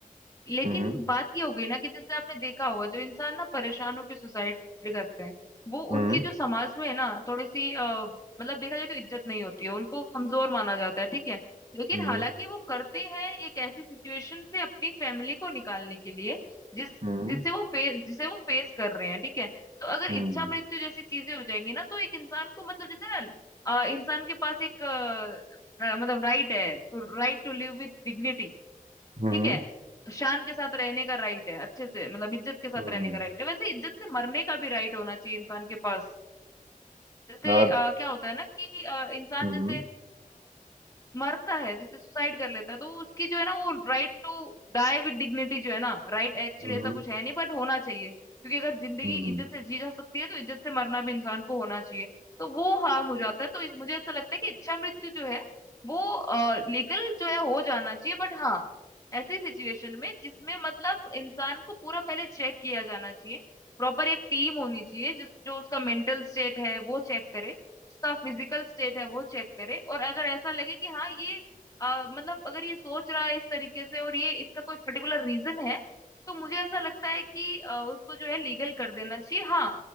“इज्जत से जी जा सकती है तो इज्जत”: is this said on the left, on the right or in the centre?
Left